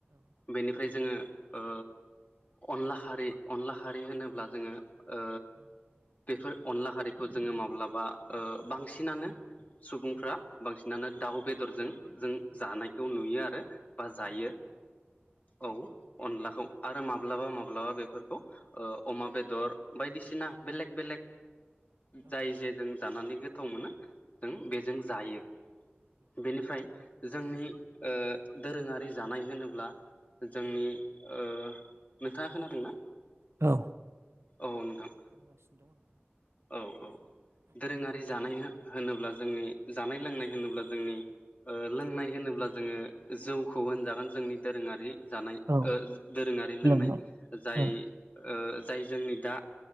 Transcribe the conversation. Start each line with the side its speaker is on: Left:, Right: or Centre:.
Left: बेनिफ्राय जोङो ओ अनला हारि अनला हारि होनोब्ला जोङो ओ बेफोर अनला हारिखौ जोङो माब्लाबा बांसिनानो सुबुंफ्रा बांसिनानो दाउ बेदरजों जों जानायखौ नुयो आरो बा जायो औ अनलाखौ आरो माब्लाबा माब्लाबा बेफोरखौ अमा बेदर बायदिसिना बेलेग बेलेग जाय जे जों जानानै गोथाव मोनो जों बेजों जायो बेनिफ्राय जोंनि ओ दोरोङारि जानाय होनोब्ला जोंनि नोंथाङा खोनादों ना
Right: औ
Left: औ नोंथां औ औ औ दोरोङारि जानाय होनोब्ला जोंनि जानाय लोंनाय होनोब्ला जोंनि लोंनाय होनोब्ला जोङो जौखौ होनजागोन जोंनि दोरोङारि जानाय
Right: आङो औ
Left: दोरोङारि लोंनाय
Right: लोंबाय
Left: जाय
Right: औ
Left: जाय जोंनि दा